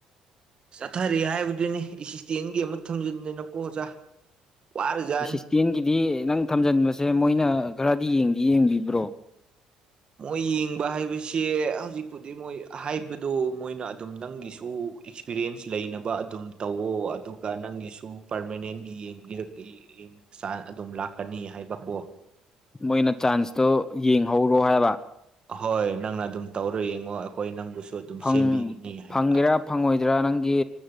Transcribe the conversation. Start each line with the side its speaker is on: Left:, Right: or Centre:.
Right: ꯆꯠꯊꯔꯤ ꯍꯥꯏꯕꯗꯨꯅꯦ ꯑꯦꯁꯤꯁꯇꯦꯟꯒꯤ ꯑꯃ ꯊꯝꯖꯤꯟꯗꯅꯀꯣ ꯑꯣꯖꯥ ꯋꯥꯔꯖꯥꯠꯅꯤ
Left: ꯑꯦꯁꯤꯁꯇꯦꯟꯒꯤꯗꯤ ꯅꯪ ꯊꯝꯖꯤꯟꯕꯁꯦ ꯃꯣꯏꯅ ꯈꯔꯗꯤ ꯌꯦꯡꯗꯤ ꯌꯦꯡꯕꯤꯕ꯭ꯔꯣ
Right: ꯃꯣꯏ ꯌꯦꯡꯕ ꯍꯥꯏꯕꯁꯦ ꯍꯧꯖꯤꯛꯄꯨꯗꯤ ꯃꯣꯏ ꯍꯥꯏꯕꯗꯣ ꯃꯣꯏꯅ ꯑꯗꯨꯝ ꯅꯪꯒꯤꯁꯨ ꯑꯦꯛꯁꯄꯤꯔꯤꯌꯦꯟꯁ ꯂꯩꯅꯕ ꯑꯗꯨꯝ ꯇꯧꯋꯣ ꯑꯗꯨꯒ ꯅꯪꯒꯤꯁꯨ ꯄꯥꯔꯃꯅꯦꯟꯒꯤ ꯌꯦꯡꯕꯤꯔꯛꯏ ꯑꯗꯨꯝ ꯂꯥꯛꯀꯅꯤ ꯍꯥꯏꯕꯀꯣ
Left: ꯃꯣꯏꯅ ꯆꯥꯟꯁꯇꯣ ꯌꯦꯡꯍꯧꯔꯣ ꯍꯥꯏꯕ
Right: ꯍꯣꯏ ꯅꯪꯅ ꯑꯗꯨꯝ ꯇꯧꯔ ꯌꯦꯡꯉꯣ ꯑꯈꯣꯏ ꯅꯪꯕꯨꯁꯨ ꯑꯗꯨꯝ
Left: ꯐꯪ
Right: ꯁꯦꯝꯕꯤꯒꯅꯤ ꯍꯥꯏꯕ
Left: ꯐꯪꯒꯦꯔꯥ ꯐꯪꯉꯣꯏꯗ꯭ꯔꯥ ꯅꯪꯒꯤ